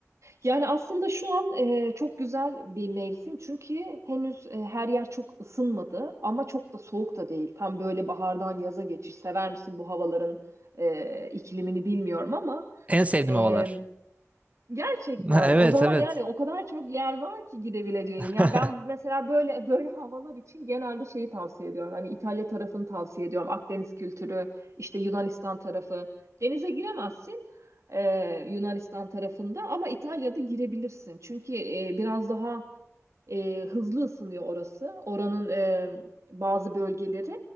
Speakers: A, on the right; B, on the right.
A: Yani aslında şu an e, çok güzel bir mevsim çünkü henüz e, her yer çok ısınmadı ama çok da soğuk da değil. Tam böyle bahardan yaza geçiş. Sever misin bu havaların e, iklimini bilmiyorum ama
B: En sevdiğim
A: e,
B: havalar.
A: Gerçekten.
B: <laughs> Evet
A: O zaman
B: evet.
A: yani o kadar çok yer var ki gidebileceğin.
B: <laughs>
A: Ya ben mesela böyle böyle havalar için genelde şeyi tavsiye ediyorum. Hani İtalya tarafını tavsiye ediyorum. Akdeniz kültürü, işte Yunanistan tarafı. Denize giremezsin e, Yunanistan tarafında ama İtalya'da girebilirsin. Çünkü e, biraz daha e, hızlı ısınıyor orası. Oranın e, bazı bölgeleri.